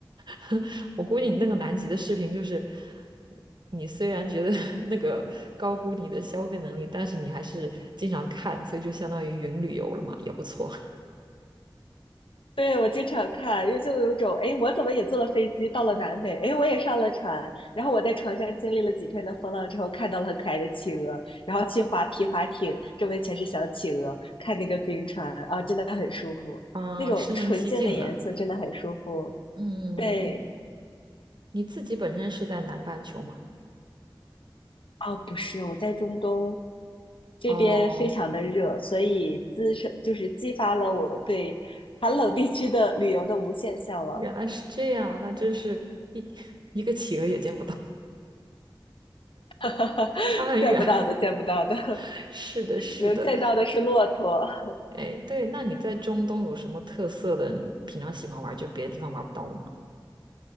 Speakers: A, on the right (about 55°); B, on the left (about 75°).
A: <laughs> 我估计你那个南极的视频就是，你虽然觉得 <laughs> 那个高估你的消费能力，但是你还是经常看，所以就相当于云旅游了嘛，也不错。
B: 对，我经常看，又就有一种，哎，我怎么也坐了飞机到了南美，哎，我也上了船，然后我在船上经历了几天的风浪之后，看到了很可爱的企鹅，然后去划皮划艇，周围全是小企鹅，看那个冰川啊，真的很舒服，
A: <laughs> 嗯，
B: 那种纯净的颜色真的很舒服。
A: 身临其境了。嗯，
B: 对，
A: 你自己本身是在南半球吗？
B: 哦，不是，我在中东这边非常的热，
A: 哦，
B: 所以滋生就是激发了我对寒冷地区的旅游的无限向往。
A: 原来是这样，那真是一 <laughs> 一个企鹅也见不到，
B: <laughs>
A: <laughs> 差很远。
B: 见不到的，见不到的，<laughs>
A: <laughs> 是的，是的，
B: 能见到的是骆驼。
A: 哎，对，那你在中东有什么特色的？你平常喜欢玩，就别的地方玩不到的吗？